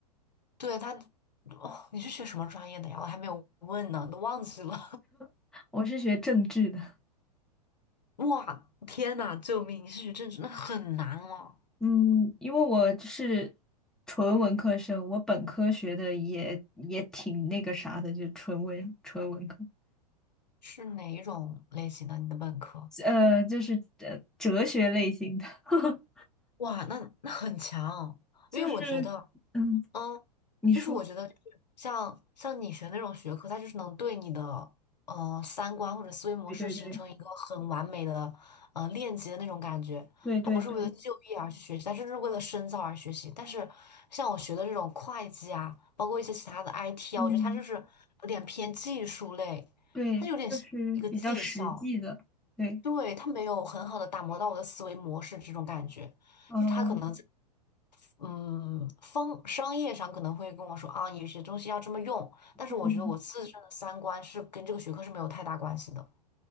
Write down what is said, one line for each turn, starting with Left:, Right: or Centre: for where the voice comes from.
Left: 对它，哦，你是学什么专业的呀？我还没有问呢，都忘记了。
Centre: <laughs> 我是学政治的。
Left: <laughs> 哇，天呐，救命！你是学政治，那很难哦。
Centre: 嗯，因为我是纯文科生，我本科学的也也挺那个啥的，就纯文纯文科，
Left: 是哪一种类型的？你的本科？
Centre: 呃，就是呃哲学类型的，<laughs>
Left: 哇，那那很强，
Centre: 就是嗯，
Left: 因为我觉得。嗯，
Centre: 你说，
Left: 就是我觉得就是像像你学那种学科，它就是能对你的呃三观或者思维模式形成一个很完美的呃链接的那种感觉。
Centre: 对对对对对对，
Left: 它不是为了就业而去学习，它就是为了深造而学习。但是像我学的这种会计啊，包括一些其他的 IT
Centre: 嗯，
Left: 啊，我觉得它就是有点偏技术类，
Centre: 对，
Left: 它有点像一个技校，
Centre: 就是比较实际的，对，
Left: 对，它没有很好的打磨到我的思维模式这种感觉。
Centre: 嗯
Left: 就是他可能嗯，方商业上可能会跟我说啊，有些东西要这么用，但是我觉得我自身的三观是跟这个学科是没有太大关系的。
Centre: 嗯，